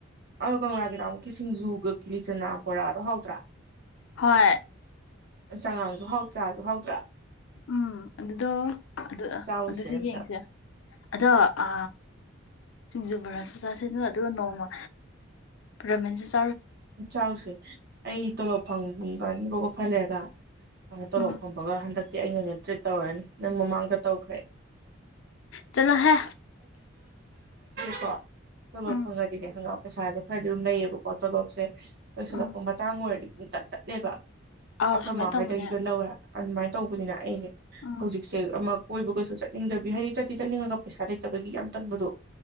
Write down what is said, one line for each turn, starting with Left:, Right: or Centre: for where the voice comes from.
Right: ꯑꯗꯣ ꯀꯪꯂꯥꯒꯤꯅ ꯑꯃꯨꯛꯀꯤ ꯁꯤꯡꯖꯨꯒ ꯀꯤꯂꯤꯆꯅꯥ ꯕꯣꯔꯥꯗꯣ ꯍꯥꯎꯗ꯭ꯔꯥ
Left: ꯍꯣꯏ
Right: ꯆꯉꯥꯡꯁꯨ ꯍꯥꯎ ꯆ꯭ꯔꯥꯁꯨ ꯍꯥꯎꯗ꯭ꯔꯥ
Left: ꯎꯝ ꯑꯗꯨꯗꯣ ꯑꯗꯨ
Right: ꯆꯥꯎꯁꯦ
Left: ꯑꯗꯨꯁꯨ
Right: ꯑꯝꯇ
Left: ꯌꯦꯡꯁꯦ ꯑꯗꯣ ꯑ ꯁꯤꯡꯖꯨ ꯕꯔꯥ ꯆꯨ ꯆꯥꯁꯤꯡꯖ ꯑꯗꯨꯒ ꯅꯣꯡꯃ ꯔꯣꯃꯦꯟꯖꯁ
Right: ꯆꯥꯎꯁꯦ ꯑ ꯐꯪꯕꯅꯤꯒꯣꯕ ꯈꯔꯂꯦꯒ ꯁꯥꯏꯅ ꯇꯣꯂꯣ
Left: ꯎꯝ
Right: ꯐꯝꯕꯒ ꯍꯟꯗꯛ ꯏ ꯏꯅꯥ ꯑꯦꯟ. ꯖꯤ ꯇ꯭ꯔꯤꯠ ꯇꯥꯑꯣꯔꯥꯅꯤ ꯑꯦꯟ. ꯖꯤ. ꯃꯥꯡꯗꯥ ꯇꯥꯑꯣꯒ꯭ꯔꯦ꯫
Left: ꯆꯠꯂꯣꯍꯦ
Right: <inaudible> ꯀꯣ ꯇꯣꯂꯣꯞ
Left: ꯎꯝ
Right: ꯐꯪꯉꯗꯤꯅꯦ ꯍꯪꯒꯥꯝ ꯄꯩꯁꯥꯁꯦ ꯈꯔꯗꯤ ꯑꯗꯨꯝ ꯂꯩꯌꯦꯕꯀꯣ ꯇꯣꯂꯣꯞ <inaudible> ꯂꯣꯏꯁꯤꯜꯂꯛꯄ
Left: ꯎꯝ
Right: ꯃꯇꯥꯡ ꯑꯣꯏꯔꯗꯤ ꯄꯨꯡ ꯇꯥꯠ ꯇꯥꯇꯂꯦꯕꯥ꯫
Left: ꯑꯥꯎ
Right: ꯑꯈꯣꯏ
Left: ꯁꯨꯃꯥꯏꯅ
Right: ꯃꯥ ꯑꯣꯏ
Left: ꯇꯧꯕꯅꯦ
Right: ꯗꯥꯒꯤ ꯒꯥ ꯂꯋꯦ꯫ ꯑꯗꯨꯃꯥꯏꯅ ꯇꯧꯕꯅꯤꯅ ꯑꯩꯁꯦ
Left: ꯎꯝ
Right: ꯍꯧꯖꯤꯛꯁꯦ ꯑꯃꯨꯛ ꯑꯣꯏꯕꯒꯁꯨ ꯆꯠꯅꯤꯡꯗꯕꯤ ꯍꯥꯏꯗꯤ ꯆꯠꯇꯤ ꯆꯠꯅꯤꯡꯉꯒ ꯄꯦꯏꯁꯥ ꯂꯦꯏꯇꯥꯕꯥꯒꯤ ꯌꯥꯝ ꯇꯥꯅꯕꯥ ꯗꯨ